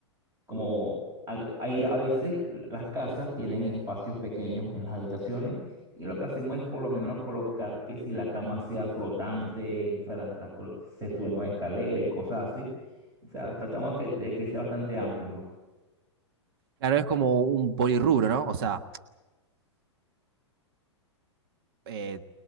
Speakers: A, on the right (about 20°); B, on the right (about 55°).
A: como a- hay a veces las casas tienen espacios pequeños en las habitaciones y lo que hacemos es por lo menos colocar que si la cama sea flotante, o sea, la- la col- se suben con escalera y cosas así. O sea, tratamos que- de que sea bastante amplio.
B: Claro, es como un polirrubro, ¿no? O sea, eh,